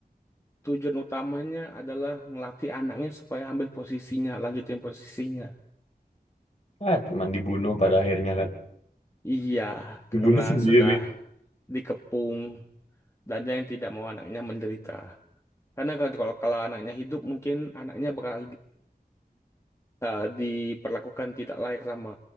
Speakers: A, on the left (about 15°); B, on the left (about 45°).
A: tujuan utamanya adalah ngelatih anaknya supaya ambil posisinya, lanjutin posisinya.
B: Ah, cuman dibunuh pada akhirnya kan.
A: Iya, karena
B: Ibunya sendiri.
A: sudah dikepung dan dia yang tidak mau anaknya menderita. Karena kalau kalau kalau anaknya hidup mungkin anaknya bakal eh, diperlakukan tidak layak sama